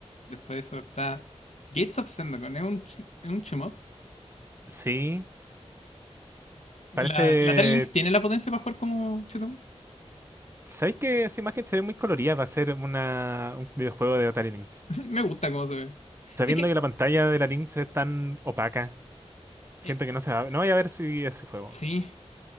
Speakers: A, on the left; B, on the right.
A: después de eso está Gates of Zendokon. Es un, ch- es un shoot 'em up.
B: Sí,
A: La,
B: parece
A: la Atari Lynx tiene la potencia para jugar como shoot 'em ups.
B: ¿Sabéis que esa imagen se ve muy colorida para ser una, un videojuego de Atari Lynx?
A: <laughs> Me gusta cómo se ve.
B: Sabiendo
A: Es que,
B: que la pantalla de la Lynx es tan opaca, siento
A: eh,
B: que no se va no voy a ver si ese juego.
A: sí.